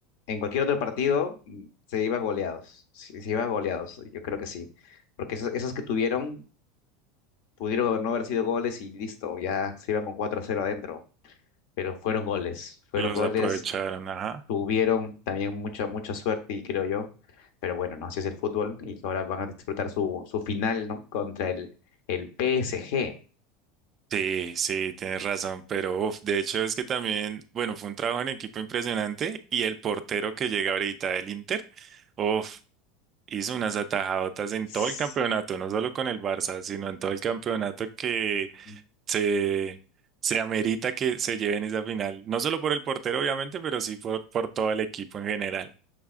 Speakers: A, on the left; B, on the right.
A: en cualquier otro partido mm, se iban goleados, se, se iban goleados, yo creo que sí, porque esos, esos que tuvieron pudieron haber no haber sido goles y listo, ya se iban con 4 a cero adentro. pero fueron goles, fueron
B: Los
A: goles,
B: aprovecharon, ajá.
A: tuvieron también mucha, mucha suerte y creo yo, pero bueno, no, así es el fútbol y que ahora van a disfrutar su, su final, ¿no? Contra el, el PSG.
B: Sí, sí, tienes razón, pero uf, de hecho es que también, bueno, fue un trabajo en equipo impresionante y el portero que llega ahorita del Inter, uf, hizo unas atajadotas en todo
A: S-
B: el campeonato, no solo con el Barça, sino en todo el campeonato que
A: G. S-
B: se, se amerita que se lleven esa final, no solo por el portero obviamente, pero sí por, por todo el equipo en general.